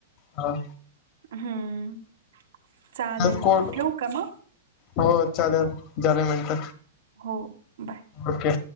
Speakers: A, on the left (about 40°); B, on the right (about 80°).
A: हा
B: हमम. चालेल
A: तेच कोड
B: ठेऊ का म?
A: हो चालेल झाले मिनट
B: हो, बाय.
A: ओके.